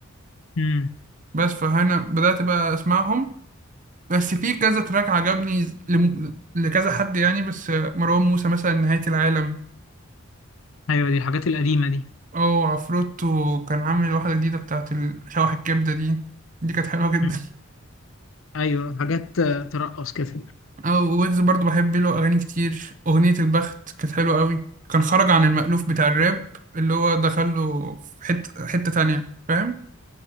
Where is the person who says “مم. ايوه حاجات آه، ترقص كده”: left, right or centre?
Left